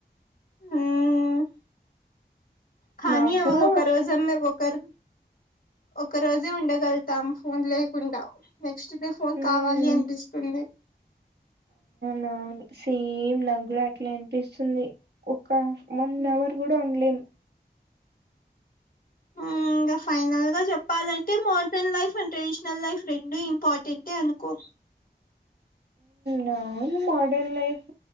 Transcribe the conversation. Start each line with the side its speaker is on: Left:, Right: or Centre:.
Left: మ్ కానీ
Right: నాకు కూడా
Left: ఒకరోజన్నా ఒకర్ ఒక రోజే ఉండగలుతాం ఫోన్ లేకుండా నక్ నెక్స్ట్ డే ఫోన్
Right: ఉమ్
Left: కావాలి అనిపిస్తుంది
Right: నా సేమ్ నగ్లా అట్లా అనిపిస్తుంది ఒక్ వన్
Left: మ్మ్
Right: అవర్ కూడా ఉండలే లేం
Left: హ ఇంకా ఫైనల్ గా చెప్పాలంటే modern life and traditional life రెండు ఇంపార్టెంటే అనుకో
Right: నా మోడ లైఫ